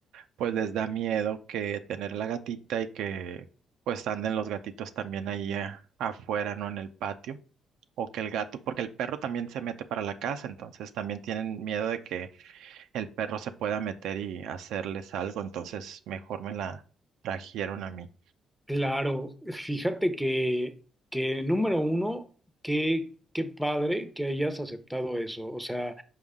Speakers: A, on the right; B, in the centre.
A: pues les da miedo que tener la gatita y que pues anden los gatitos también ahí eh, afuera, ¿no? En el patio o que el gato, porque el perro también se mete para la casa, entonces también tienen miedo de que el perro se pueda meter y hacerles algo, entonces mejor me la trajeron a mí.
B: Claro, fíjate que, que número uno, qué, qué padre que hayas aceptado eso. O sea,